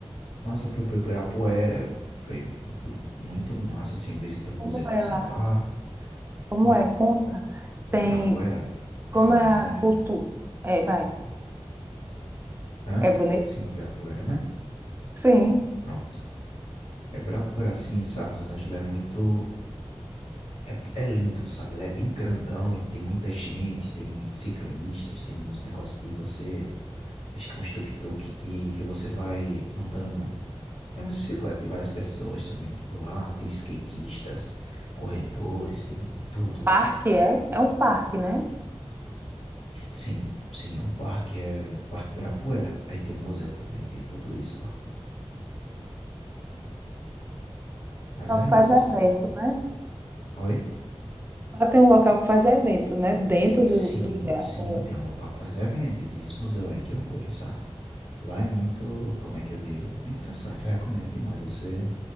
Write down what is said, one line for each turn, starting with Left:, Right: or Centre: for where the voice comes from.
Left: Mas eu fui para Ibirapuera, foi inclu- muito massa assim, eu visitei o museu
Right: Como
Left: que tinha
Right: é lá?
Left: lá,
Right: Como
Left: foi
Right: é? Conta.
Left: o
Right: Tem.
Left: Ibirapuera.
Right: Como
Left: Ah,
Right: é
Left: menina,
Right: a cultura? É, vai.
Left: é- hã?
Right: É bonito?
Left: Sim, Ibirapuera, né?
Right: Sim.
Left: Pronto. É por assim, sabe? Rosângela é muito. É, é lindo, sabe? Ela é bem grandão e tem muita gente, tem ciclistas, tem uns negócios de você. Acho que é uns tuk-tuk de que você vai andando. É uma bicicleta, tem várias pessoas também por lá. Tem skatistas, corredores, tem de tudo lá.
Right: Parque é? É um parque, né?
Left: Sim, sim, é um parque, é o Parque Ibirapuera. Aí tem o museu também, tem tudo isso lá. Mas
Right: Só
Left: é
Right: que faz
Left: isso,
Right: evento,
Left: assim.
Right: né?
Left: Oi?
Right: Lá tem um local que faz evento, né? Dentro
Left: Sim,
Right: do, do IDEA.
Left: sim,
Right: O
Left: tem um local que faz evento e tem esse museu aí que eu fui, sabe? Lá é muito, como é que eu digo? É interessante, eu recomendo demais você,